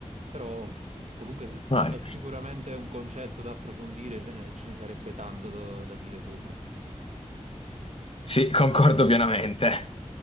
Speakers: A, on the right; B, on the left.
A: però, comunque se-
B: Ah,
A: è sicuramente un concetto da approfondire, ce ne, ce ne sarebbe tanto da da dire sopra.
B: sì, concordo pienamente.